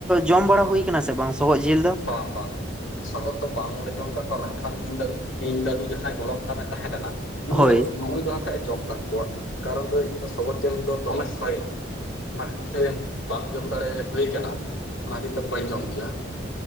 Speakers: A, in the centre; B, on the left.
A: ᱡᱚᱢ ᱵᱟᱲᱟ ᱦᱩᱭ ᱠᱟᱱᱟ ᱥᱮ ᱵᱟᱝ, ᱥᱚᱜᱚᱜ ᱡᱤᱞ ᱫᱚ?
B: ᱵᱟᱝ ᱵᱟᱝ, ᱥᱚᱜᱚᱜ ᱫᱚ ᱵᱟᱝ ᱞᱮ ᱡᱚᱢ ᱟᱠᱟᱫ ᱠᱚᱣᱟ᱾ ᱢᱮᱱᱠᱷᱟᱱ ᱤᱧ ᱫᱟᱫᱩ ᱤᱧ ᱫᱟᱫᱩ ᱡᱟᱦᱟᱸᱭ ᱜᱚᱲᱚᱢ ᱦᱟᱲᱟᱢᱮ ᱛᱟᱦᱮᱸ ᱠᱟᱱᱟ ᱱᱩᱜ
A: ᱦᱳᱭ
B: ᱫᱚ ᱱᱩᱜᱼᱩᱭ ᱫᱚ ᱦᱟᱜ ᱠᱷᱟᱡ ᱮ ᱡᱚᱢ ᱟᱠᱟᱫ ᱠᱚᱣᱟ, ᱠᱟᱨᱚᱱ ᱫᱚ ᱤᱧ ᱫᱚ ᱥᱚᱜᱚᱫ ᱡᱤᱞ ᱫᱚ ᱫᱚᱢᱮ ᱥᱚᱦᱚᱭᱮᱧᱟ ᱚᱱᱟ ᱠᱷᱟᱹᱛᱤᱨ ᱛᱮ ᱵᱟᱝ ᱡᱚᱢ ᱫᱟᱲᱮ ᱦᱩᱭ ᱟᱠᱟᱱᱟ, ᱚᱱᱟ ᱠᱷᱟᱹᱛᱤᱨ ᱛᱮ ᱵᱟᱹᱧ ᱡᱚᱢ ᱜᱮᱭᱟ᱾